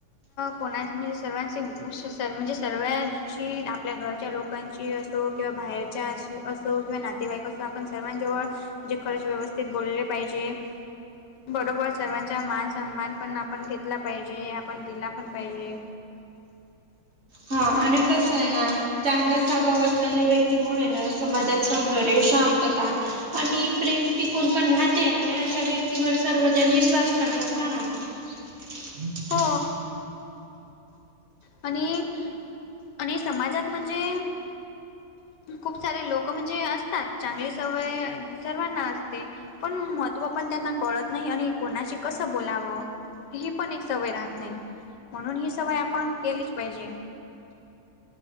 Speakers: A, on the left (about 80°); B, on the right (about 40°).
A: कोणा म्हणजे सर्वांचे म्हणजे सर्वची आपल्या घरच्या लोकांची किंवा बाहेरच्या अ असो किंवा ना तेव्हाही कसं आपण सर्वां जवळ जे खरच व्यवस्थित बोलले पाहिजे बरोबर सर्वांचा मान सन्मान पण आपण घेतला पाहिजे आपण दिला पण पाहिजे
B: हा आणि कसंय ना चांगलाच अभाव असलेल्या व्यक्तीमुळे ना समाजात समजर्य शांतता आणि प्रेम टिकून पण राहते आणि अशा व्यक्तीवर सर्वजण विश्वास पण ठेवता ना?
A: <unintelligible>
B: ह् हम् <inaudible>
A: हो आणि, आणि समाजात म्हणजे? खूप सारे लोक म्हणजे असतात चांगली सवय सर्वांना असते पण महत्त्व पण त्यांना कळत नाही आणि कोणाशी कसं बोलावं ही पण एक सवय राहत नाही म्हणून ही सवय आपण केलीच पाहिजे